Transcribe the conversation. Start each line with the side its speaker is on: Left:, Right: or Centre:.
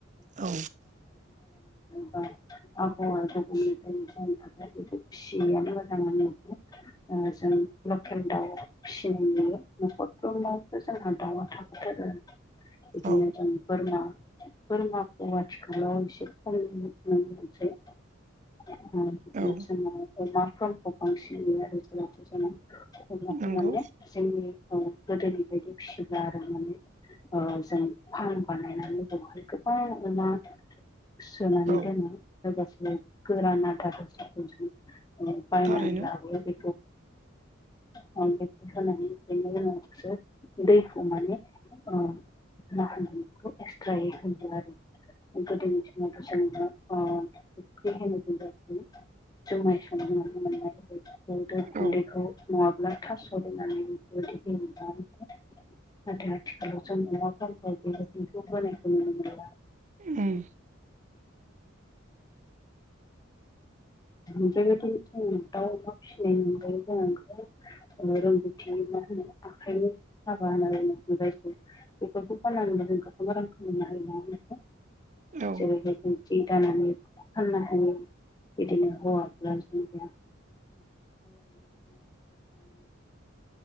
Right: औ
Left: बा <unintelligible> सिनायानोमोन। <unintelligible> फिसि न'खरफोराबो जोंहा दाउआ थाखाथारो। बिदिनो
Right: औ
Left: जों बोरमा बोरमाफोरा आथिखालाव एसे खम नुनो मोनसै। <unintelligible> बांसिन
Right: औ
Left: नुयो आरो जेराव जोंङो माने
Right: नंगौ
Left: जोंनि औ गोदोनि बायदि फिसिब्ला आरो माने जों फार्म बानायनानै बेवहाय गोबां अमा सोनानै
Right: औ
Left: दोनो। लोगोसे गोरान आदारसिखौ जों बायननानै
Right: थारैनो
Left: लाबो बे <inaudible> होनानै बेनि उनावसो दैखौ माने होन एक्सट्रायै होयो आरो गोदोनि समावथ' अफ्रि होनो जों जायखौ जुमाय संयोबानो मोननाय जायो। ओमफ्राय गुन्दैखौ
Right: औ
Left: नङाबा थास' होननानै बेफोरबायदि गेले नाथाय आथिखालाव जों अवाफोरफोरखौ बेबायदिखौ बानायखौ नुनो मोनला।
Right: ओम
Left: ओमफ्रायबायदि जों दा अमा फिसिनाय मोनदों जों रोंगौथि मा होनो आखाइनि हाबा होननानै जायखौ बेफोरखौ फाननानैबो जों गोबां रां खामायनो हायो नङा होनबा।
Right: औ
Left: जेरैहाय जों हि दानानै फान्नो हायो। बिदिनो हौवाफ्रा <inaudible> <inaudible> औ